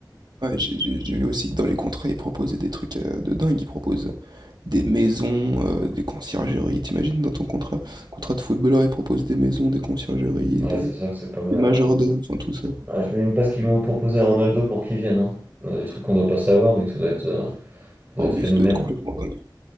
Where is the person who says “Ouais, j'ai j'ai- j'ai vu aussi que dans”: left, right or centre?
Right